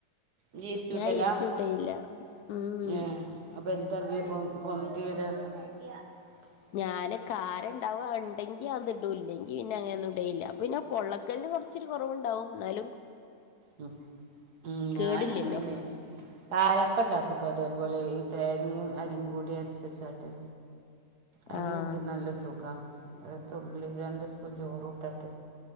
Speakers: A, on the right; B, on the left.
A: നി ഈസ്റ്റ്ട്ടുലാ?
B: ഞാൻ ഈസ്റ്റ് കൂട്ടലില്ല ഉം
A: ഏ അപ്പൊ എന്താ ഇടല് പ്പൊ പൊന്തി വരാന്? <unintelligible>
B: ഞാന് കാരം ഇണ്ടാവും ഇണ്ടെങ്കി അത് ഇടും ഇല്ലെങ്കി പിന്നെ അങ്ങനൊന്ന്ടൂല്ല അപ്പ പിന്നെ പൊള്ളക്കലിന് കൊറച്ച് ഇച്ചിരി കൊറവ്ണ്ടാവും എന്നാലും
A: ഹ്മ് ഞാനങ്ങനെ
B: കേടില്ലല്ലോ
A: പാലപ്പണ്ടാക്കുംട്ടോ അതേപോലെ ഈ തേങ്ങിം അരിയും കൂടി അരച്ചെച്ചാട്ട്. അയിനെകാട്ടില്
B: ആഹ്
A: നല്ല സുഖാ തുള്ളി രണ്ട് സ്പൂൺ ചോറു ഇട്ടാട്ട്